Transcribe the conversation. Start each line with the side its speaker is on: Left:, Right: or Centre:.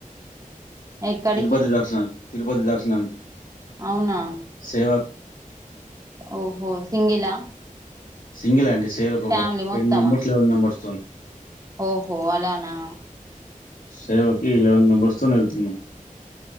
Right: ఎక్కడికి
Left: తిరుపతి దర్శనానికి తిరుపతి దర్శనానికి
Right: అవునా
Left: సేవకు
Right: ఓహో సింగిలా
Left: సింగిల్ అండి సేవ్ ఒక
Right: ఫ్యామిలీ
Left: టెన్
Right: మొత్తమా
Left: మెంబర్స్ లెవెన్ మెంబర్స్తోని
Right: ఓహో అలానా
Left: సేవకి ఇలెవెన్ మెంబెర్స్తో వెళ్తున్నాం